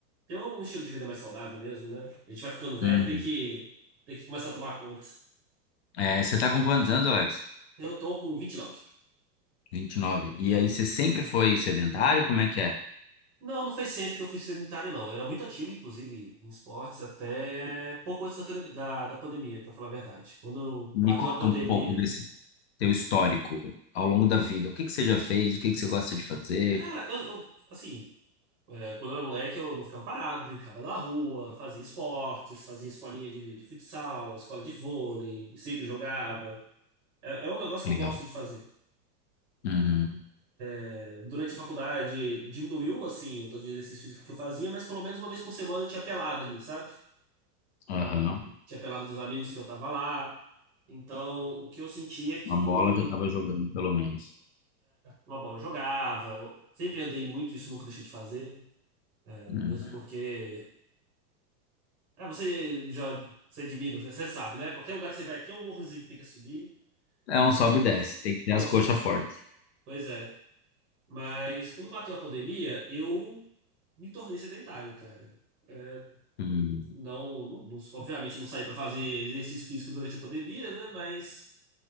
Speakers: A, on the right (about 25°); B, on the left (about 45°).
A: ter um estilo de vida mais saudável mesmo, né? A gente vai ficando velho,
B: Uhum.
A: tem que tem que começar a tomar conta.
B: É, você tá com quantos anos, Alex?
A: Eu tô com 29.
B: 29. E nove. E aí, você sempre foi sedentário? Como é que é?
A: Não, não foi sempre que eu fui sedentário, não. Eu era muito ativo, inclusive, em esportes, até pouco antes da, academia- da, da pandemia, pra falar a verdade. Quando
B: Me
A: bateu
B: conta
A: a pandemia.
B: um pouco desse teu histórico ao longo da vida. O que que você já fez? O que que você gosta de fazer?
A: Cara, eu, eu, assim, é, quando eu era moleque, eu não ficava parado, brincava na rua, fazia esportes, fazia escolinha de, de futsal, escola de vôlei, sempre jogava. É, é um negócio
B: Legal.
A: que eu gosto de fazer.
B: Uhum.
A: É, durante a faculdade, diminuiu, assim, o tanto de exercício físico que eu fazia, mas pelo menos uma vez por semana eu tinha pelada ali, sabe?
B: Aham.
A: tinha pelado dos amigos que eu tava lá. Então, o que eu sentia é que
B: Uma bola já tava jogando, pelo menos.
A: uma bola eu jogava, eu sempre andei muito, isso nunca deixei de fazer, é,
B: Uhum.
A: mesmo porque. É, você já. Você é de Minas, né? Você sabe, né? Qualquer lugar que você vai aqui é um morrozinho que tem que subir,
B: É um
A: mas
B: sobe e desce. Tem que ter
A: é
B: as
A: o sobe,
B: coxas
A: né?
B: fortes.
A: Pois é. Mas quando bateu a pandemia, eu me tornei sedentário, cara. É,
B: Uhum.
A: não, não- não- obviamente não saí pra fazer exercício físico durante a pandemia, né? Mas.